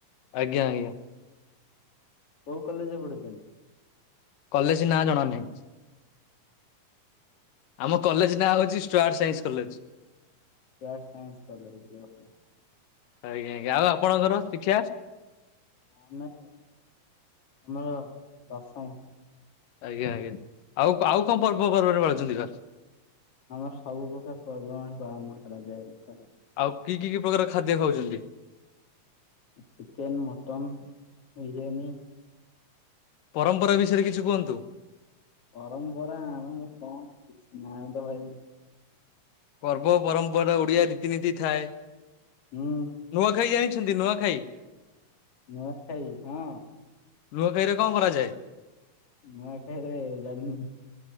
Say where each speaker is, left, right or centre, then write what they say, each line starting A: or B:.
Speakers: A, on the left; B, on the left.
A: ଆଜ୍ଞା ଆଜ୍ଞା
B: କୋଉ କଲେଜ୍ ରେ ପଢୁଚନି?
A: କଲେଜ୍ ନାଁ ଜଣା ନାହିଁ। ଆମ କଲେଜ ନାଁ ହଉଛି Stuart science college.
B: Stuart science college ଓ ହୋ।
A: ଆଜ୍ଞା ଆଞା ଆଉ ଆପଣଙ୍କର ଶିକ୍ଷା
B: ଆମେ ଆମର ଦଶମ।
A: ଆଜ୍ଞା ଆଜ୍ଞା ଆଉ ଆଉ କଣ ପର୍ବ ପର୍ବରେ ମିଳୁଛନ୍ତି ଘ
B: ଆମର ସବୁ ପ୍ରକାର ପର୍ବପର୍ବାଣୀ ପାଳନ କରାଯାଏ।
A: ଆଉ କି କି କି ପ୍ରକାର ଖାଦ୍ୟ ଖାଉଛନ୍ତି।
B: ଚିକେନ ମଟନ ବିରିୟାନୀ
A: ପରମ୍ପରା ବିଷୟରେ କିଛି କୁହନ୍ତୁ।
B: ପରମ୍ପରା ଆମ କଣ କିଛି ନାହିଁ ତ ଭାଇ
A: ପର୍ବ ପରମ୍ପରା ଓଡିଆ ରୀତିନୀତି ଥାଏ।
B: ହୁଁ।
A: ନୂଆଖାଇ ଜାଣିଛନ୍ତି ନୂଆଖାଇ।
B: ନୂଆ ଖାଇ ହଁ।
A: ନୁଆଖାଇରେ କଣ କରାଯାଏ?
B: ନୁଆଖାଇରେ ଜାଣି ନି।